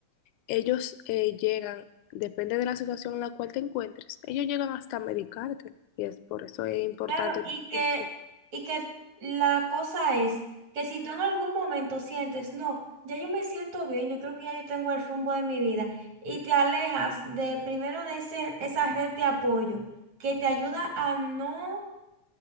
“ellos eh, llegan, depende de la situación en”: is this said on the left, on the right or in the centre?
Left